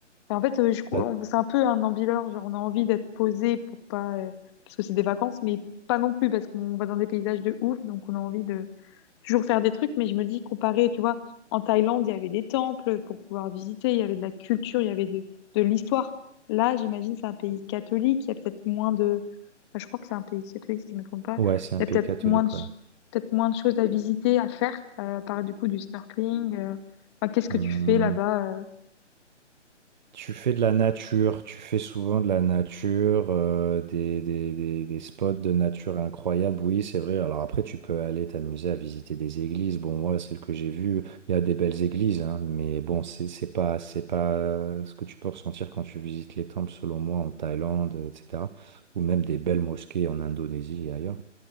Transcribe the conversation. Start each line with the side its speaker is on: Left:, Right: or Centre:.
Left: Et en fait, euh, je cou-
Right: la-
Left: on- c'est un peu un ambileur, genre on a envie d'être posé pour pas, euh, parce que c'est des vacances, mais pas non plus parce qu'on va dans des paysages de ouf, donc on a envie de, toujours faire des trucs, mais je me dis, comparé, tu vois, en Thaïlande, il y avait des temples pour pouvoir visiter, il y avait de la culture, il y avait de, de l'histoire. Là, j'imagine, c'est un pays catholique, il y a peut-être moins de... enfin, je crois que c'est un pays catholique, si je ne me trompe pas.
Right: Ouais, c'est un
Left: Il y
Right: pays
Left: a peut-être
Right: catholique,
Left: moins de,
Right: ouais.
Left: peut-être moins de choses à visiter, à faire, euh, par du coup du snorkeling. euh. Enfin, qu'est-ce que
Right: Hum,
Left: tu fais là-bas euh
Right: Tu fais de la nature, tu fais souvent de la nature, euh, des, des, des, des spots de nature incroyables, oui, c'est vrai. Alors après, tu peux aller t'amuser à visiter des églises. Bon, moi, celle que j'ai vue, il y a des belles églises, hein, mais bon, c'est c'est pas, c'est pas ce que tu peux ressentir quand tu visites les temples, selon moi, en Thaïlande, etc. Ou même des belles mosquées en Indonésie et ailleurs.